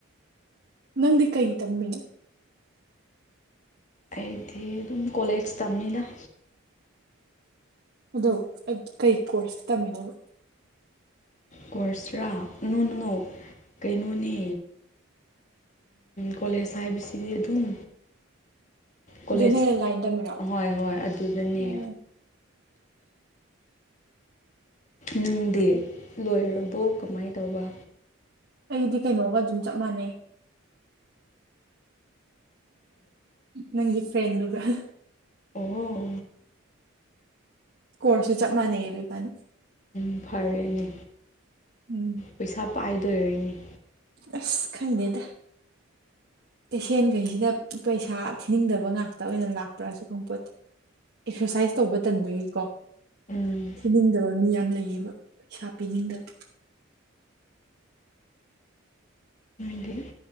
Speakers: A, on the right; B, on the left.
A: ꯅꯪꯗꯤ ꯀꯩ ꯇꯝꯃꯤꯅꯣ
B: ꯑꯩꯗꯤ ꯑꯗꯨꯝ ꯀꯣꯂꯦꯖ ꯇꯝꯃꯤꯗ
A: ꯑꯗꯣ ꯀꯩ ꯀꯣꯔꯁꯇ ꯇꯝꯃꯤꯅꯣꯕ
B: ꯀꯣꯔꯁꯔꯥ ꯅꯣ ꯅꯣ ꯀꯩꯅꯣꯅꯦ ꯀꯂꯦꯖ ꯍꯥꯢꯕꯁꯤꯗꯤ ꯑꯗꯨꯝ ꯀꯣꯂꯦꯖ
A: ꯖꯦꯅꯦꯔꯦꯜ ꯂꯥꯏꯟ ꯇꯝꯃꯤꯔꯣ
B: ꯍꯣꯏ ꯍꯣꯏ ꯑꯗꯨꯗꯅꯦ
A: ꯑꯣ
B: ꯅꯪꯗꯤ ꯂꯣꯏꯔꯕꯣ ꯀꯃꯥꯏꯅ ꯇꯧꯕ
A: ꯑꯩꯗꯤ ꯀꯩꯅꯣꯒ ꯑꯗꯨꯝ ꯆꯞ ꯃꯥꯟꯅꯩ ꯅꯪꯒꯤ ꯐ꯭ꯔꯦꯗꯨꯒ
B: ꯑꯣ
A: ꯀꯣꯔꯁꯨ ꯆꯞ ꯃꯥꯅꯩꯌꯦꯕ ꯏꯕꯥꯅꯤ
B: ꯎ ꯐꯔꯦꯅꯦ
A: ꯎꯝ
B: ꯄꯩꯁꯥ ꯄꯥꯏꯗꯣꯏꯔꯣꯏꯅꯤ
A: ꯑꯁ ꯈꯪꯗꯦꯗ ꯄꯦꯁꯦꯟꯈꯩꯁꯤꯗ ꯄꯩꯁꯥ ꯊꯤꯅꯤꯡꯗꯕ ꯉꯥꯛꯇ ꯑꯣꯏꯅ ꯂꯥꯛꯄ꯭ꯔꯁꯨ ꯈꯪꯄꯣꯠꯇꯦ ꯑꯦꯛꯁꯔꯁꯥꯏꯁ ꯇꯧꯕ ꯇꯟꯕꯒꯤꯀꯣ
B: ꯎꯝ
A: ꯄꯤꯅꯤꯡꯗꯕ ꯃꯤ ꯌꯥꯝ ꯂꯩꯌꯦꯕ ꯄꯩꯁꯥ ꯄꯤꯅꯤꯡꯗꯕ
B: ꯃꯣꯏꯗꯤ